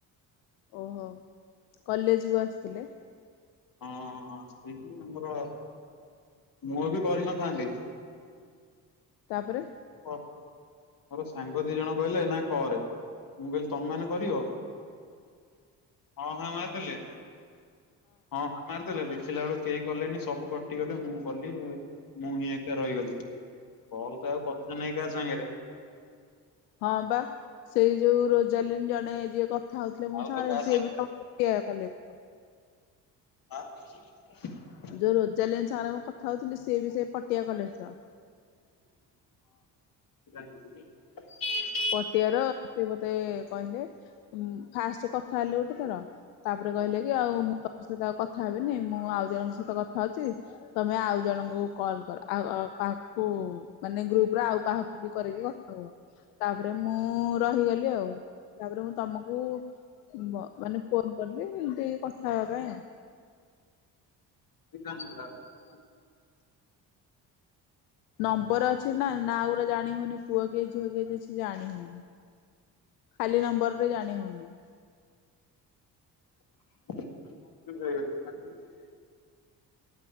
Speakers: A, on the left; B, on the left.
A: ଓହୋ କଲେଜ କୁ ଆସିଥିଲେ?
B: ହଁ ହଁ ସେବି ଆମର, ମୁଁ ବି କରିନଥାନ୍ତି। <unintelligible>
A: ତାପରେ
B: ମୋର ସାଙ୍ଗ ଦି ଜଣ କହିଲେ ନା କରେ, ମୁଁ କହିଲି ତମେ ମାନେ କରିବ? ହଁ ହାଁ ମାରିଦେଲେ, ହଁ ମାରିଦେଲେ ଦେଖିଲା ବେଳୁକୁ କେହି କଲେନି ସବୁ କଟିଗଲେ ମୁଁ କଲି। ମୁଁ ହିଁ ଏକା ରହିଗଲି, କଲ୍ ତ ଆଉ କଥା ନାଇଁ କାହା ସାଙ୍ଗରେ
A: ହଁ ବା ସେଇ ଯୋଉ ରୋଜାଲିନ ଜଣେ ଯିଏ କଥା ହଉଥିଲେ ମୋ
B: ଆଉ
A: ସାଙ୍ଗରେ
B: ତ କାହା
A: ସିଏ ବି <unintelligible>
B: ହାଁ
A: ଯୋଉ ରୋଜାଲିନ ସାଙ୍ଗରେ ମୁଁ କଥା ହଉଥିଲି ସିଏ ବି ସେ ପଟିଆ କଲେଜ ର।
B: <unintelligible>
A: ପଟିଆର ସେ ମତେ କହିଲେ ଉମ ଫାଷ୍ଟ କଥା ହେଲେ ଗୋଟେ ଥର ତାପରେ କହିଲେ କି ଆଉ ମୁଁ ତମ ସହିତ ଆଉ କଥା ହେବିନି ମୁଁ ଆଉ ଜଣଙ୍କ ସହିତ କଥା ହଉଛି ତମେ ଆଉ ଜଣଙ୍କୁ କଲ୍ କର ଆଉ ଅ କାହାକୁ ମାନେ ଗ୍ରୁପ ରେ ଆଉ କାହାକୁ ବି କରିକି କଥା ହୁଅ। ତାପରେ ମୁଁ ରହିଗଲି ଆଉ, ତାପରେ ମୁଁ ତମକୁ ବ ମାନେ ଫୋନ କଲି ଏମିତି କଥା ହବା ପାଇଁ ଆଉ
B: <unintelligible>
A: ନମ୍ବର ଅଛି ନା ନାଁ ଗୁରା ଜାଣି ହଉନି ପୁଅ କିଏ ଝିଅ କିଏ କିଛି ଜାଣି ହଉନି? ଖାଲି ନମ୍ବରରେ ଜାଣି ହଉନି।
B: <unintelligible>